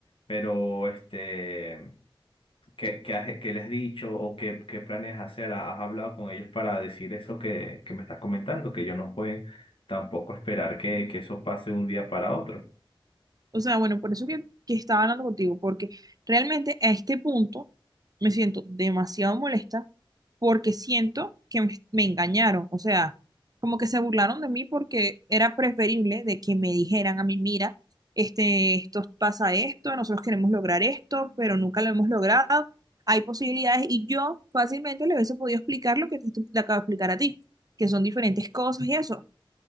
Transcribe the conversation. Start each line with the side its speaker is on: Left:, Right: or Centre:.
Left: Pero, este, ¿qué, qué has- qué les has dicho o qué, qué planes hacer? ¿Has hablado con ellos para decir eso que, que me estás comentando? Que ellos no pueden tampoco esperar que, que eso pase de un día para otro.
Right: O sea, bueno, por eso que, que estaba hablando contigo, porque realmente a este punto me siento demasiado molesta porque siento que me, me engañaron. O sea, como que se burlaron de mí porque era preferible de que me dijeran a mí, mira, este, esto pasa esto, nosotros queremos lograr esto, pero nunca lo hemos logrado. Hay posibilidades y yo fácilmente le hubiese podido explicar lo que te, estoy- te acabo de explicar a ti, que son diferentes cosas y eso